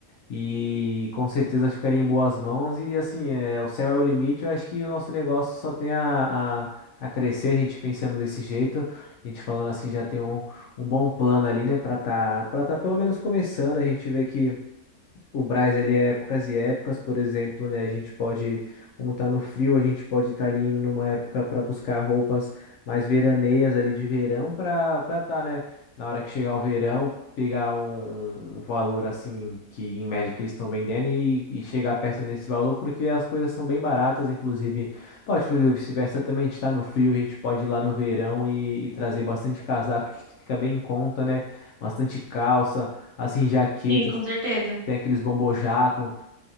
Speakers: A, on the left; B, on the right.
A: E com certeza ficaria em boas mãos. E assim, é, o céu é o limite. Eu acho que o nosso negócio só tem a, a, a crescer, a gente pensando desse jeito. A gente falando assim, já tem um, um bom plano ali, né? Pra tá, pra tá pelo menos começando. A gente vê que. O Brás, ele é épocas e épocas, por exemplo, né? A gente pode, como tá no frio, a gente pode estar ali indo numa época para buscar roupas mais veraneias ali de verão para para tá, né? Na hora que chegar o verão, pegar um, um valor assim que em média que eles estão vendendo e, e chegar perto nesse valor, porque as coisas são bem baratas, inclusive. Pode fazer o vice-versa também, a gente tá no frio, a gente pode ir lá no verão e, e trazer bastante casaco que fica bem em conta, né? Bastante calça assim, jaquetas
B: Sim, com certeza.
A: tem aqueles bombojaco.